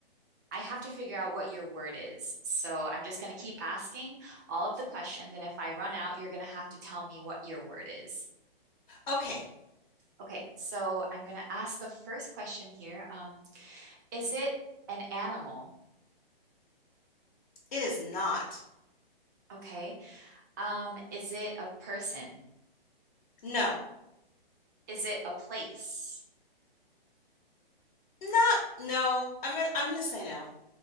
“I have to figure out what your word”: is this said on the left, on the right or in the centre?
Right